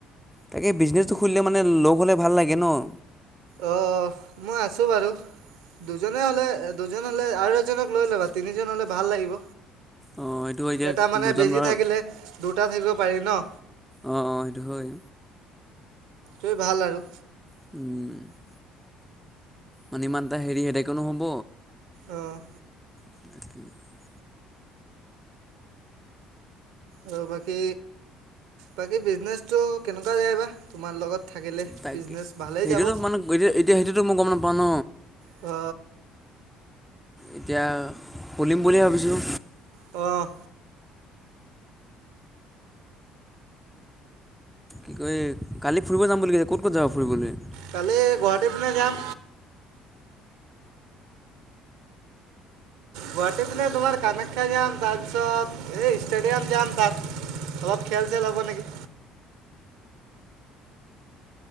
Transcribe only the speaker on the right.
অ' মই আছো বাৰু দুজনে হ'লে এই দুজন হ'লে আৰু এজনক লৈ ল'বা। তিনিজন হ'লে ভাল লাগিব।
এটা মানে
বেজি
থাকিলে দুটা থাকিব পাৰি ন'?
অই, ভাল আৰু
অ,
আৰু বাকী, বাকী বিজনেছটো কেনেকুৱা যায় বা তোমাৰ লগত থাকিলে।
বিজনেচ ভালেই
যাব।
অ,
অ,
কালি, গুৱাহাটী পিনে যাম। গুৱাহাটী পিনে তোমাৰ কামাখ্যা যাম। তাৰপিছত এই ষ্টেডিয়াম যাম তাত অলপ খেল-চেল হ'ব নেকি?